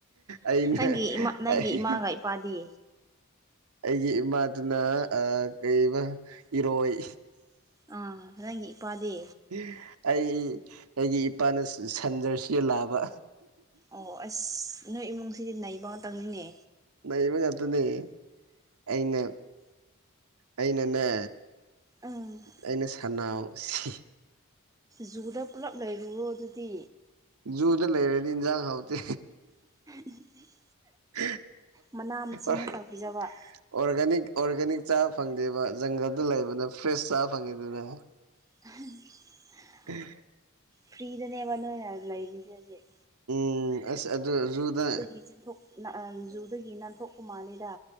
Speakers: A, on the right; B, on the right.
A: ꯑꯩꯅ
B: ꯅꯪꯒꯤ ꯏꯃꯥ ꯅꯪꯒꯤ
A: ꯑꯩ
B: ꯏꯃꯥꯒ ꯏꯄꯥꯗꯤ
A: ꯑꯩꯒꯤ ꯏꯃꯥꯗꯨꯅ ꯀ ꯏꯔꯣꯏ
B: ꯑꯥ ꯔꯪꯒꯤ ꯏꯄꯥꯗꯦ
A: ꯎ ꯑꯩ ꯑꯩꯒꯤ ꯏꯄꯥꯅ ꯁꯟꯖꯔꯁꯤ ꯂꯥꯛꯑꯕ
B: ꯑꯣ ꯑꯁ ꯅꯣꯏ ꯏꯃꯨꯡꯁꯤꯗꯤ ꯅꯥꯩꯕ ꯉꯥꯛꯇꯪꯅꯤꯅꯦ
A: ꯅꯩꯕ ꯉꯥꯛꯇꯅꯦ ꯑꯩꯅ ꯑꯩꯅꯅꯦ
B: ꯎꯝ
A: ꯑꯩꯅ ꯁꯟꯅꯥꯎ ꯁꯤ
B: ꯖꯨꯗ ꯄꯨꯜꯂꯞ ꯂꯩꯔꯨꯔꯣ ꯑꯗꯨꯗꯤ
A: ꯖꯨꯗ ꯂꯩꯔꯗꯤ ꯏꯟꯁꯥꯡ ꯍꯥꯎꯇꯦ
B: <unintelligible>
A: <unintelligible>
B: ꯃꯅꯥ ꯃꯁꯤꯡ
A: ꯑꯣꯔꯒꯥꯅꯤꯛ
B: ꯑꯃ ꯇꯥꯛꯄꯤꯖꯕ
A: ꯑꯣꯔꯒꯥꯅꯤꯛ ꯆꯥ ꯐꯪꯗꯦꯕ ꯖꯪꯒꯜꯗ ꯂꯩꯕꯅ ꯐ꯭ꯔꯦꯁ ꯆꯥ ꯐꯪꯉꯤꯗꯅ
B: <unintelligible>
A: ꯎꯝ
B: ꯐ꯭ꯔꯤꯗꯅꯦꯕ ꯅ ꯂꯩꯔꯤꯁꯦ ꯍꯧꯖꯤꯛ
A: ꯎ ꯑ ꯑꯗꯨꯖꯨꯗ
B: ꯃꯤ ꯊ ꯖꯨꯗꯒꯤ ꯅꯥꯟꯊꯣꯛꯀ ꯃꯥꯥꯂꯦꯗ